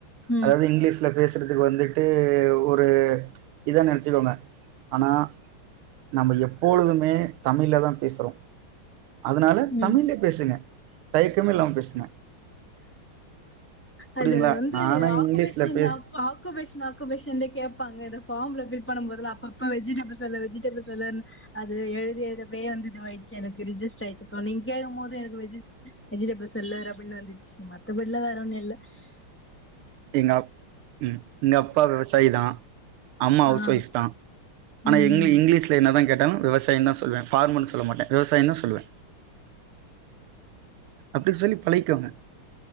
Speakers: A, in the centre; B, on the right.
A: ம்
B: அதாவ்து இங்லீஷ்ல பேஸ் துக்கு வந்துட்டு ஒரு இதா நெனச்சிக்கோங்க ஆனா நம்ப எப்போழுதுமே தமிழ்லதா பேசுறோ அதுனால
A: ம்
B: தமிழ்லயே பேசுங்க தயக்கமே இல்லாம பேசுங்க புரியுதுங்களா
A: அது வந்து
B: நானா
A: ஆக்குபேஷன்
B: இங்கிலீஷ்ல பேச
A: ஆக் ஆக் குபேஷன் ஆக்குபெஷன்ல கேப்பாங்க எதா ஃபாம்ல ஃபில் பண்ணம் போதுல்லா அப்பப்ப வெஜிடேபிள் செல்லர் வெஜிடேபிள் செல்லர்னு அது எழுதி எழுதப்படியே வந்து இதுவாயிட்ச்சி எனக்கு ரிஜிஸ்ட்ராயிட்ச்சி ஸோ நீங் கேக்கம் போது எனக்கு வெஜிஸ் வெஜிடேபிள் செல்லர் அப் பின்னு வந்துச்சு மத்தப்படிலா வேற ஒன்னு இல்ல ஸ்
B: எங்க அப் ம் எங்க அப்பா விவசாயிதா அம்மா
A: ஆ
B: ஔஸ் ஒய்ஃப்தா ஆனா
A: ம்
B: இங்லி இங்லீஷ்ல என்னதா கேட் டாலு விவசாயிந்தா சொல்லுவ ஃபார்மர்னு சொல்ல மாட்ட விவசாயந்தா சொல்லுவ அப்டி சொல்லி பழயிக்கோங்க